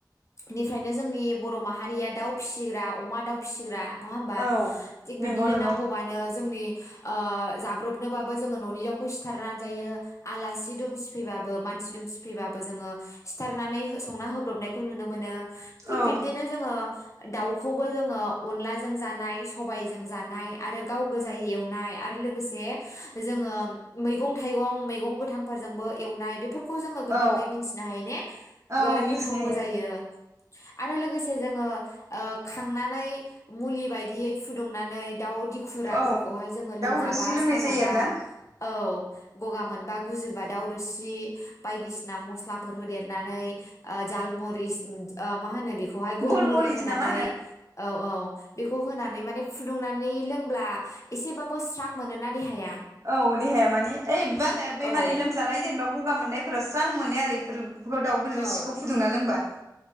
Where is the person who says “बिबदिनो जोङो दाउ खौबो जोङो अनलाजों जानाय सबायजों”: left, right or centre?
Left